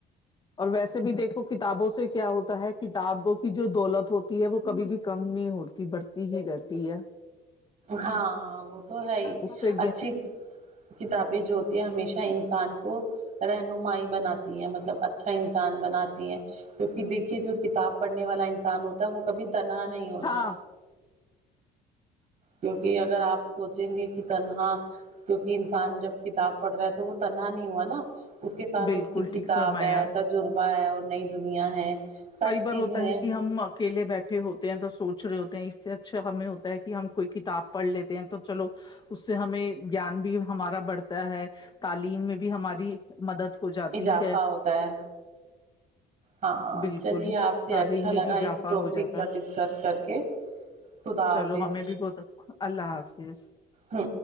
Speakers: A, on the left; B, on the right.
A: اور ویسے بھی دیکھو کتابوں سے کیا ہوتا ہے کتابوں کی جو دولت ہوتی ہے وہ کبھی بھی کم نہیں ہوڑتی بڑھتی ہی رہتی ہے
B: ہاں وہ تو ہے
A: اس
B: ہی
A: سے
B: اچھی کتابیں جو ہوتی ہیں ہمیشہ انسان کو رہنمائی بھی بناتی ہیں مطلب اچھا انسان بناتی ہیں کیونکہ دیکھیے جو کتاب پڑھنے والا انسان ہوتا ہے وہ کبھی تنا نہیں ہوتا
A: ہاں
B: کیونکہ اگر آپ سوچیں گے کہ تنہا کیکہ انسان جب کتاب پڑھ رہا ہے تو وہ تنہا نہیں ہوا نا اس کے ساتھ
A: بالکل
B: اس کی
A: ٹھیک
B: کتابیں
A: فرمایا
B: تجربے اور نئی دنیا ہے ساری
A: کئی بار
B: چیزیں
A: ہوتا
B: ہیں
A: ہے کہ ہم اکیلے بیٹھے ہوتے ہیں تو سوچ رہے ہوتے اس سے اچھا ہمیں ہوتا ہے کہ ہم کوئی کتاب پڑھ لیتے ہیں تو چلو اس سے ہمیں گان بھی ہمارا بڑھتا ہے تعلیم میں بھی ہماری مدد ہو جاتی
B: اضافہ
A: ہے
B: ہوتا ہے ہاں
A: بالکل
B: ہ چلیے آپ سے
A: تعلیم
B: اچھا لگا
A: میں بھی اضافہ
B: اس ٹاپک
A: ہو جاتا
B: پر
A: ہے
B: ڈسکس کر کے خدا
A: چلو
B: حافظ
A: ہمیں بھی بہت اللہ حافظ
B: ہ